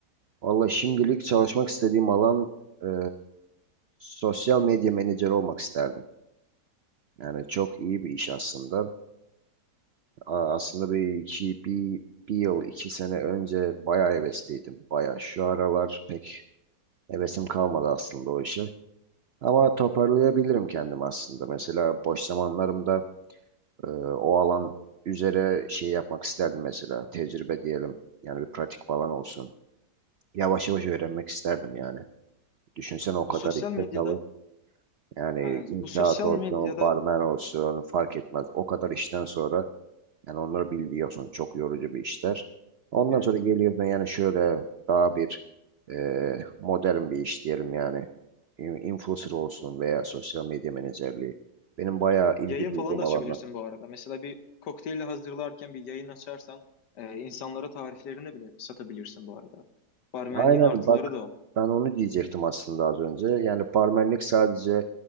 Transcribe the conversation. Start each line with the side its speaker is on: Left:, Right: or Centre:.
Right: Vallahi şimdilik çalışmak istediğim alan eee, sosyal medya menajeri olmak isterdim. Yani çok iyi bir iş aslında. Aa, aslında bir iki bir, bir yıl iki sene önce bayağı hevesliydim. Bayağı şu aralar pek hevesim kalmadı aslında o işe. Ama toparlayabilirim kendimi aslında. Mesela boş zamanlarımda e, o alan üzere şey yapmak isterdim mesela. Tecrübe diyelim. Yani bir pratik falan olsun. Yavaş yavaş öğrenmek isterdim yani. Düşünsene o kadar
Left: Bu sosyal
Right: işte
Left: medyada,
Right: çalış. Yani
Left: aynen,
Right: inşaat
Left: bu sosyal
Right: olsun,
Left: medyada
Right: barmen olsun fark etmez. O kadar işten sonra Yani onları biliyorsun çok yorucu bir işler. Ondan
Left: yani
Right: sonra geliyorsun
Left: tabii,
Right: yani şöyle daha bir e, modern bir iş diyelim yani. İn- Influencer olsun veya sosyal medya menajerliği. Benim bayağı ilgi
Left: yayın
Right: duyduğum
Left: falan da açabilirsin
Right: alanlar.
Left: bu arada. Mesela bir kokteyli hazırlarken bir yayın açarsan e, insanlara tariflerini bile satabilirsin bu arada. Barmenliğin
Right: Aynen
Left: artıları
Right: bak
Left: da o.
Right: ben onu diyecektim aslında az önce. Yani barmenlik sadece